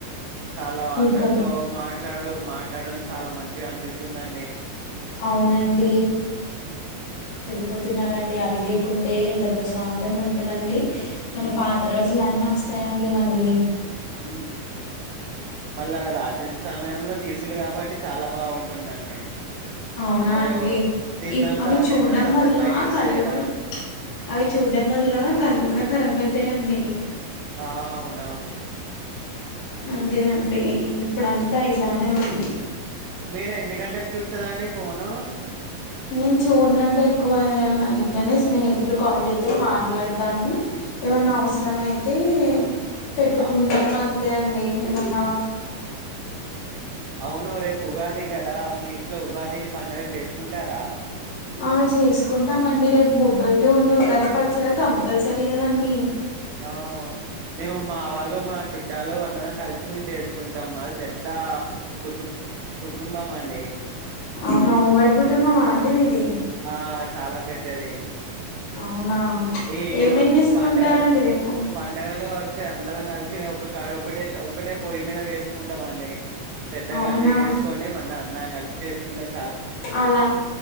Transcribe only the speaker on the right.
చాలా అందరితో
మాట్లాడు మాట్లాడడం చాలా మంచిగా అనిపిస్తుందండి
ఉమ్
ఉమ్ మళ్ళా రాత్రి సమయంలో తీసులు కాబట్టి చాలా బాగుంటుందండి
అందరు
తిన్నాక
తిన్నాక అందరు
బయటకి వస్తారు
కదా
ఆ అవునవును
మీరు ఎన్ని గంటలు చూస్తదా అండి ఫోను
ఆ,
అవును రేపు ఉగాది కదా మీ ఇంట్లో ఉగాది పండుగ చేసుకుంటారా
ఆ మేము మావాలు మా చుట్టాలు అందరం కలిసి మే చేసుకుంటాం మాది పెద్ద కుటుం కుటుంబం అండి
ఆ చాలా పెద్దది
ఈ ఈరో
పండగలు,
పండగలు వస్తే అందరం కలిసి ఒక కాడ ఒకటే ఒకక్కటే పొయ్యి మీద వేసుకుంటాం అండి పెద్ద
గంజి వేసుకోండి మళ్ళీ అందం కలిసి చేేసుకుంటాం